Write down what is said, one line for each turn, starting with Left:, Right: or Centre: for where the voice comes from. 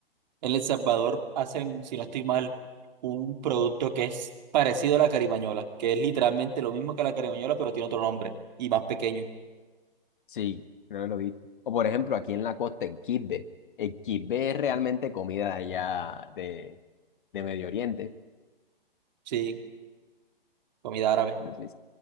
Right: En El Salvador hacen, si no estoy mal, un producto que es parecido a la carimañola, que es literalmente lo mismo que la carimañola, pero tiene otro nombre y más pequeño.
Left: Sí, creo que lo he visto O por ejemplo, aquí en la costa, en Quibbe. El Quibbe es realmente comida de allá de, de Medio Oriente.
Right: Sí, comida árabe,
Left: por así